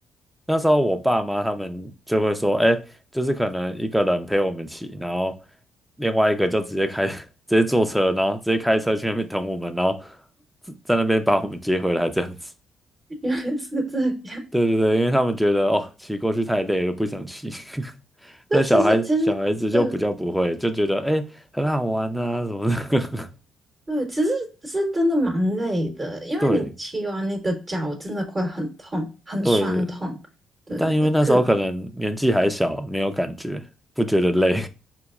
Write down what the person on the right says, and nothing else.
<laughs> 原来是这样。
对，
其实其实对
对，其实是真的蛮累的，
因为你骑完你的脚真的会很痛，
很酸痛。
对对对，
可